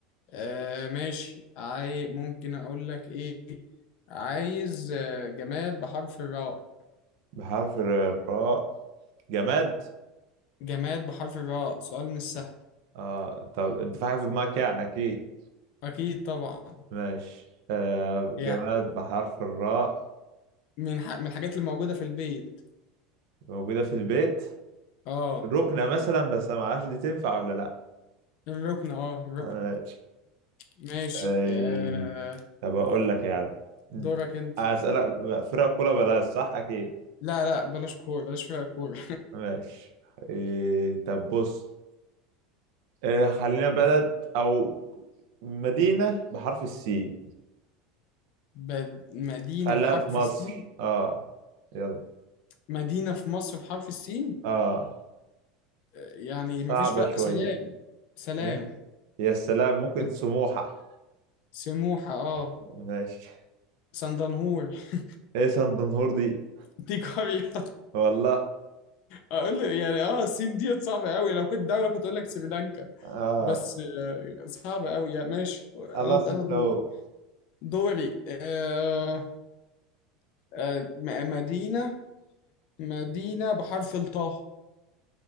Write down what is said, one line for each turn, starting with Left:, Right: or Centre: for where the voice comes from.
Left: آه ماشي عاي ممكن أقول لك إيه عايز آه جماد بحرف الراء
Right: بحرف الراء جماد
Left: جماد بحرف الراء سؤال مش سهل
Right: اه طب انت في حاجة في دماغك يعني اكيد
Left: أكيد طبعا
Right: ماشي آه جماد
Left: يعني
Right: بحرف الراء
Left: من ح... من الحاجات اللي موجودة في البيت
Right: موجودة في البيت
Left: آه
Right: ركنة مثلا بس ما اعرفش دي تنفع ولا لا
Left: الركن آه الركن
Right: ماشي
Left: ماشي
Right: أي...
Left: آه
Right: طب اقول لك يعني
Left: دورك انت
Right: اسألك فرق كوره بلاش صح اكيد
Left: لا لا بلاش كورة بلاش فرق كورة
Right: ماشي إيه... طب بص إيه خلينا بلد او مدينة بحرف السي
Left: <laughs> بد- مدينة
Right: خليها
Left: بحرف
Right: في مصر
Left: السين
Right: اه يلا
Left: مدينة في مصر بحرف السين
Right: اه
Left: يعني مفيش
Right: صعبة
Left: فرق
Right: شوية
Left: سلام سلام
Right: إيه؟ يا سلام ممكن
Left: من-
Right: سموحة
Left: سموحة اه
Right: ماشي
Left: سندنهور <laughs>
Right: ايه سندنهور دي
Left: دي قرية
Right: والله
Left: اقول له يعني اه السين ديت صعبة قوي لو كنت دولة كنت اقول لك سريلانكا
Right: اه
Left: بس آه، صعبة قوي يعني ماشي انا
Right: خلاص
Left: انا
Right: انت
Left: دوري
Right: اهو
Left: دوري. آه آه م- مدينة مدينة بحرف الطاء